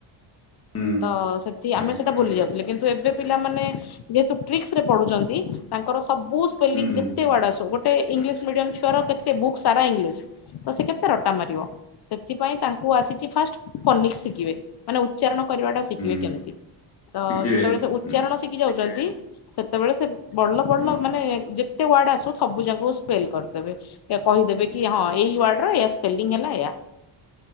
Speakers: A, on the left; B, on the left.
A: ହୁଁ
B: ତ ସେଠି
A: ଆଜ୍ଞା
B: ଆମେ ସେଇଟା ଭୁଲି ଯାଉଥିଲେ କିନ୍ତୁ ଏବେ ପିଲାମାନେ ଯେହେତୁ ଟ୍ରିକ୍ସ୍ ରେ ପଢ଼ୁଚନ୍ତି ତାଙ୍କର ସବୁ। ସ୍ପେଲିଙ୍ଗ୍
A: ହୁଁ
B: ଯେତେ ଉଆଡ୍ ଆସୁ ଗୋ ଗୋଟେ ଇଂଲିସ୍ ମିଡିୟମ୍ ଛୁଆର କେତେ ବୁକ୍ ସାରା ଇଂଲିଶ୍ ତ ସେ କେତେ ରଟା ମାରିବ ସେଥିପାଇ ତା କୁ ଆସିଛି ଫାଷ୍ଟ୍ ଫନିକ୍ ଶିଖିବେ। ମାନେ ଉଚ୍ଚାରଣ କରିବା ଟା ଶିଖିବେ
A: ହୁଁ
B: କେମିତି ତ
A: ଶିଖିବେ
B: ଯେତେବେଳେ ସେ ଉଚ୍ଚାରଣ
A: ହୁଁ
B: ଶି ଖି ଯାଉଛନ୍ତି ସେତେବେଳେ ସେ ବଲ ବଡ
A: ହୁଁ
B: ମାନେ ଯେ ତେ ୱାର୍ଡ ଆସୁ ସବୁ ଯାଙ୍କୁ ସ୍ପେଲ୍ କରିଦେବେ କହିଦେବେ କି ହଁ ଏଇ ୱାର୍ଡର ଏୟା ସ ସ୍ପେଲିଙ୍ଗ୍ ହେଲା ଏୟା।